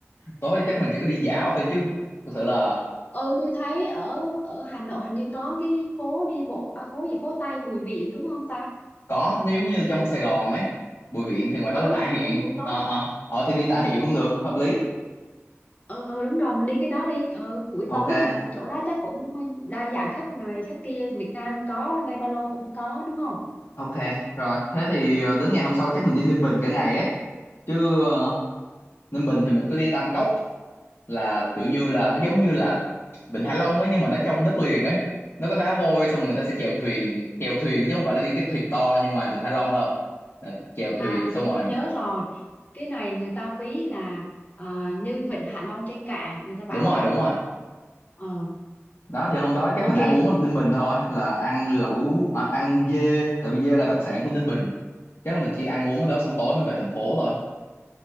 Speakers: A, on the left; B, on the left.
A: tối chắc mình chỉ có đi dạo thôi chứ thực sự là
B: ừ tôi thấy ở ở Hà Nội hình như có cái phố đi bộ à phố gì phố Tây Bùi Viện đúng không ta
A: có nó giống như trong Sài Gòn ấy Bùi Viện thì ngoài
B: ừ
A: đó là Tạ
B: thì
A: Hiện
B: mình đi buổi tối
A: ờ ờ ờ thì đi Tạ Hiện cũng được
B: Ừ
A: hợp lý
B: ừ, ừ đúng rồi mình đi cái đó đi ừ, buổi
A: ok
B: tối mà chỗ đó chắc cũng đa dạng khách này khách kia Việt Nam có đây ba lô cũng có đúng không
A: ok rồi thế thì ờ, đến ngày hôm sau chắc mình đi Ninh Bình cả ngày ấy chứ ờ, Ninh Bình thì mình cứ đi Tam Cốc là kiểu như là nó giống như là Vịnh Hạ Long ấy nhưng mà nó trong đất liền ấy nó có đá vôi xong người ta sẽ chèo thuyền chèo thuyền chứ không phải là đi cái thuyền to như ngoài Vịnh Hạ Long đâu là chèo thuyền
B: à
A: xong
B: tôi
A: rồi
B: tôi nhớ rồi cái này người ta ví là ờ, như Vịnh Hạ Long trên cạn người ta bảo
A: đúng rồi
B: vậy
A: đúng rồi
B: ờ
A: đó thì hôm đó chắc
B: ok
A: mình ăn uống ở Ninh Bình thôi là ăn lẩu à, ăn dê tại vì dê là đặc sản của Ninh Bình chắc là mình chỉ ăn uống ở đó xong tối mình về thành phố thôi